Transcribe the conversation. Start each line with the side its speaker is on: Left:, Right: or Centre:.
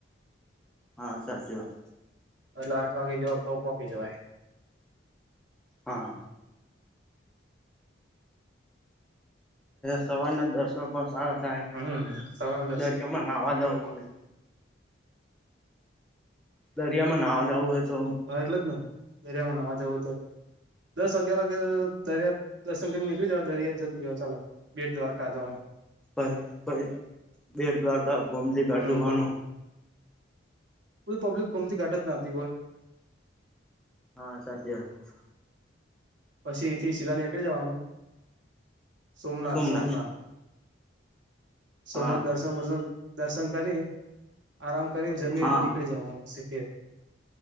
Centre: હા સાચી વાત,
Right: એટલે આઠ વાગે જો તો પોકી જવાય.
Centre: હા હા સવારના દર્શન પણ સારા થાય
Right: હમ સવારે દસ
Centre: દરિયામા માં નાવા જવું હોય? દરિયામાં નાવા જવું હોય તો
Right: હા એટલે જ ને દરિયામાં નવા જાવો તો દસ અગિયાર વાગ દરિયા દર્શન કરીને નીકળી જવા દરિયા જતું રવા ચાલો. બેટ દ્વારકા જવા.
Centre: પહી પહી બેડ દ્વારકા ગોમતીઘાટ
Right: હમ
Centre: જોવાનો.
Right: બધી પબ્લિક ગોમતીઘાટ જ નાતી હોય.
Centre: હા સાચી વાત.
Right: પછી ઇ થી સીધા નેકળી જવાનું સોમના
Centre: સોમનાથ
Right: સોમના સોમનાથ
Centre: હા
Right: દર્શન બર્શન દર્શન કરી આરામ કરીન જમી
Centre: હા
Right: ન નીકળી જવા નું પછી ઘેર.